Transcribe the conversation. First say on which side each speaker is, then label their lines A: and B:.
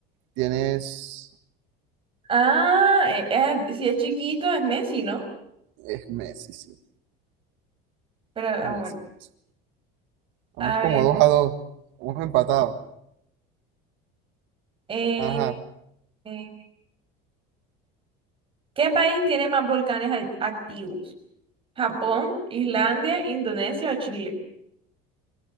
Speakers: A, on the right; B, on the right.
A: tienes.
B: Ah, eh, eh, si es chiquito es Messi, ¿no?
A: Es Messi, sí.
B: Pero, ah,
A: Messi,
B: bueno.
A: Messi. Vamos
B: A
A: como
B: ver.
A: dos a dos. Vamos empatados.
B: Eh,
A: Ajá.
B: eh, ¿qué país tiene más volcanes al- activos? ¿Japón, Islandia, Indonesia o Chile?